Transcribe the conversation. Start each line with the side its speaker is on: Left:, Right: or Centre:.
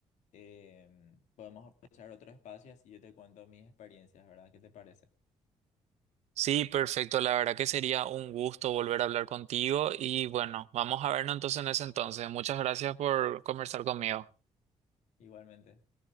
Left: em, podemos aprovechar otro espacio y así yo te cuento mis experiencias, ¿verdad? ¿Qué te parece?
Right: Sí, perfecto. La verdad que sería un gusto volver a hablar contigo y bueno, vamos a vernos entonces en ese entonces. Muchas gracias por conversar conmigo.
Left: Igualmente.